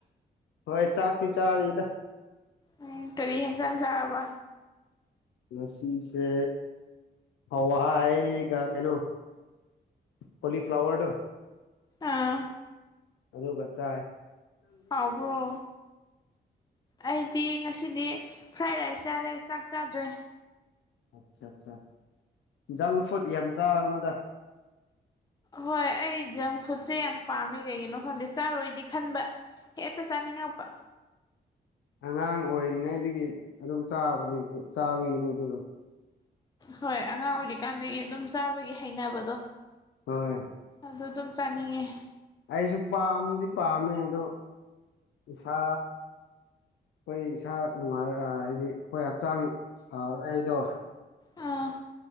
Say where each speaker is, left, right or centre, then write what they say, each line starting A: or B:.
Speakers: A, on the left (about 75°); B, on the left (about 20°).
A: ꯍꯣꯏ ꯆꯥꯛꯇꯤ ꯆꯥꯔꯤꯗ
B: ꯎꯝ ꯀꯔꯤ ꯌꯦꯟꯖꯥꯡ ꯆꯥꯕ
A: ꯉꯁꯤꯁꯦ ꯍꯋꯥꯑꯒ ꯍꯩꯅꯣ ꯍꯣꯂꯤ ꯐ꯭ꯂꯋꯔꯗ
B: ꯑꯥ
A: ꯑꯗꯨꯗꯣ ꯀꯆꯥ
B: ꯍꯥꯎꯕ꯭ꯔꯣ ꯑꯩꯗꯤ ꯉꯁꯤꯗꯤ ꯐ꯭ꯔꯥꯏ ꯔꯥꯏꯁ ꯆꯥꯔꯦ ꯆꯥꯛ ꯆꯥꯗ꯭ꯔꯦ
A: ꯑꯠꯆꯥ ꯑꯠꯆꯥ ꯖꯪ ꯐꯨꯗ ꯌꯥꯝ ꯆꯥꯕꯅꯣꯗ
B: ꯍꯣꯏ ꯑꯩ ꯖꯪ ꯐꯨꯗꯁꯦ ꯌꯥꯝ ꯄꯥꯝꯃꯦ ꯀꯩꯒꯤꯅꯣ ꯈꯪꯗꯦ ꯆꯥꯔꯣꯏꯗꯤ ꯈꯟꯕ ꯑꯦꯠꯇ ꯆꯥꯅꯤꯡꯉꯄꯥ
A: ꯑꯉꯥꯡ ꯑꯣꯏꯔꯤꯉꯩꯗꯒꯤ ꯑꯗꯨꯝ ꯆꯥꯕꯅꯦ ꯆꯥꯕꯒꯤ ꯅ ꯑꯗꯨꯗꯣ
B: ꯍꯣꯏ ꯑꯉꯥꯡ ꯑꯣꯏꯔꯤꯀꯥꯟꯗꯒꯤ ꯑꯗꯨꯝ ꯆꯥꯕꯒꯤ ꯍꯩꯅꯕꯗꯣ
A: ꯍꯣꯏ
B: ꯑꯗꯨꯗ ꯑꯗꯨꯝ ꯆꯥꯅꯤꯡꯉꯦ
A: ꯑꯩꯁꯨ ꯄꯥꯝꯗꯤ ꯄꯥꯝꯃꯦ ꯑꯗꯣ ꯏꯁꯥ ꯑꯩꯈꯣꯏ ꯏꯁꯥ ꯅꯨꯡꯉꯥꯏ ꯍꯥꯏꯗꯤ ꯑꯩꯈꯣꯏ ꯍꯛꯆꯥꯡ ꯐꯔꯣꯏ ꯍꯥꯏꯗꯣ
B: ꯑꯥ